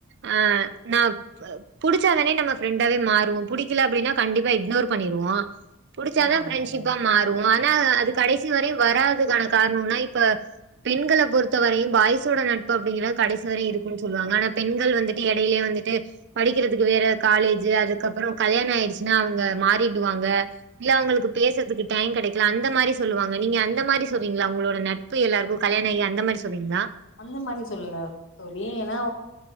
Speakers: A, on the right; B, on the left.
A: அ நா அ புடிச்சாதானே நம்ம ஃப்ரெண்டாவே மாறுவோ ப புடிக்கல அப்டினா கண்டிப்பா இக்னோர் பண்ணிருவோ புடிச்சாதா
B: ஆமாங்க
A: ஃப்ரெண்டஷிப்பா
B: தோழி
A: மாற் று ஆனா அது கடைசி வரயு வராதுக்கான கார்ணோனா இப்ப பெண்கள பொறுத்த வரயு பாய்சோட நட்பு அப்டிங்ளா கடைசி வரயு இருக்குன் சொல்வாங்க ஆனா பெண்கள் வந்துட்டு எடைலே வந்துட்டு படிக்கிறதுக்கு வேற காலேஜு அதுக்கப்புறோ கல்யாண ஆய்டுச்சுனா அவ்ங்க மாறிடுவாங்க இல்ல அவுங்களுக்கு பேசுறதுக்கு டைய கெடக்கில அந்த மாரி சொல்லுவாங்க நீங்க அந்த மாரி சொல்வீங்ளா அவ்ங்ளோட நட்பு எல்லாருக்கு கல்யாண ஆகி அந்த மாரி சொல்றீங்ளா
B: அந்த மாரி சொல்லுல தோழி ஏனா